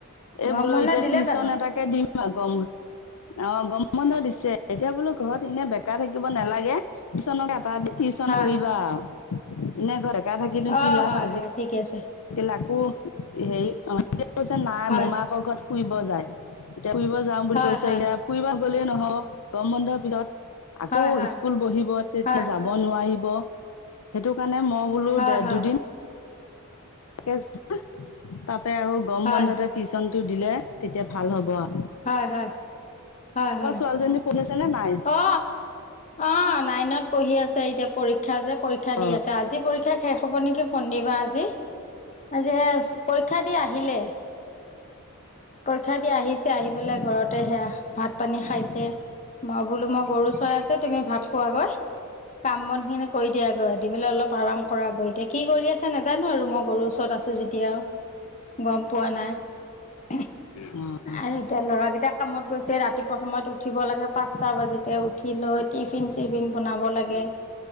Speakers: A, on the left; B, on the left.
A: এই
B: গৰম
A: বোলো
B: বন্ধ
A: এতিয়া
B: দিলে
A: টিউশ্যন
B: জানো
A: এটাকে দিম আৰু গম অ গম বন্ধ দিছে এতিয়া বোলো ঘৰত এনে বেকাৰ থাকিব নালাগে টিউশ্যনকে ত টিউশ্যন
B: হয়
A: কৰিব আও এনে ঘৰ বেকা থাকিনো
B: অ
A: কি লাভ
B: হয়
A: আজি
B: হয় ঠিকে আছে
A: তাকো হেৰি কৈছে নাই
B: হয়
A: মোমায়েকৰ ঘৰত ফুৰিব যায় এতিয়া ফুৰিব যাওঁ বুলি
B: হয়
A: কৈছে
B: হয়
A: এতিয়া ফুৰিব গ'লেই নহব গম বন্ধ পিছত আকৌ
B: হয় হয়
A: স্কুল বহিব তেতিয়া
B: হয়
A: যাব নোৱাৰিব সেইটো কাৰ ণে মানে মই বোলো
B: হয়
A: দে
B: হয়
A: দুদিন তাৰাপে আকৌ গম
B: হয়
A: বন্ধতে টিউশ্যন টো দিলে তেতিয়া ভাল হ'ব আ
B: হয় হয় হয় হয়
A: ছোৱালীজনী পঢ়ি আছে নে নাই
B: অ অ নাইনত পঢ়ি আছো এতিয়া পৰীক্ষা যে পৰীক্ষা দি
A: অ
B: আছে আজি পৰীক্ষা শেষ হব নেকি শনিবা আজি আজিহে পৰীক্ষা দি আহিলে পৰীক্ষা দি আহিছে আহি পেলাই ঘৰতে সেয়া ভাত পানী খাইছে মই বোলো মই গৰু চৰাইছো তুমি ভাত খোৱাগৈ কাম বন খিনি কৰি দিয়াগৈ দি পেলাই অলপ আৰাম কৰাগৈ এতিয়া কি কৰি আছে নেজানো আৰু মই গৰুৰ ওচৰত আছো যেতিয়া গম পোৱা নাই
A: অ
B: আৰু এতিয়া ল'ৰাকেইটাক কামত গৈছে ৰাতিপুৱা সময়ত উঠিব লাগে পাঁচটা বাজিতে উঠি লৈ টিফিন চিফিন বনাব লাগে